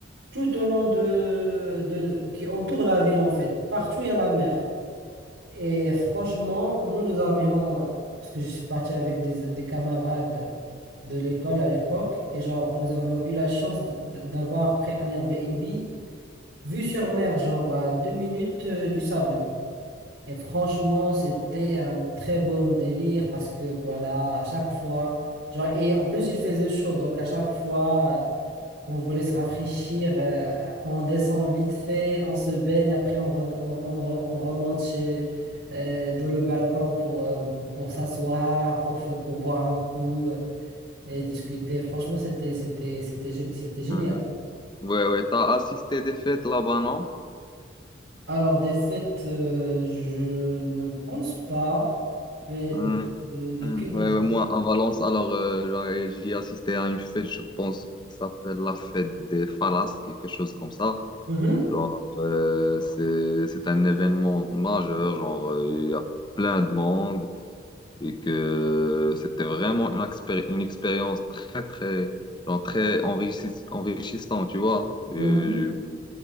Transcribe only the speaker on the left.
Mhm. ouais. ouais. T'as assisté des fêtes là-bas, non?
Mhm.
Ouais,
ouais, moi, à Valence, alors, euh, j'en- j'y ai assisté à une fête, je pense, qui s'appelle la fête des Falas, quelque chose comme ça.
Genre, euh, c'est, c'est un événement majeur, genre, euh, il y a plein de monde. et que c'était vraiment une, expéri- une expérience très, très, genre très enrichis- enrichissante, tu vois. Euh,
j'ai vu,